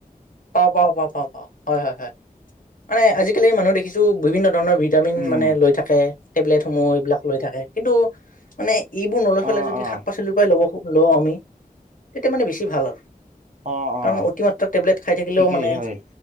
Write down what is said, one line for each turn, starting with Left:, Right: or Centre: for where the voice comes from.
Left: পাওঁ পাওঁ পাওঁ পাওঁ পাওঁ হয় হয় হয় মানে আজিকালি মানুহ দেখিছো বিভিন্ন ধৰণৰ ভিটামিন
Right: উম
Left: মানে লৈ থাকে টেবলেট সমূহ এইবিলাক লৈ থাকে কিন্তু মানে এইবোৰ নলৈ ফালে
Right: অ
Left: যদি
Right: অ
Left: শাক পাচলিৰ পৰাই ল'ব খুব ল' আমি তেতিয়া মানে বেছি ভাল আৰু
Right: অ
Left: কাৰণ
Right: অ
Left: অতিমাত্ৰ টেবলেটত খাই থাকিলেও
Right: ঠিকেই
Left: মানে
Right: হয়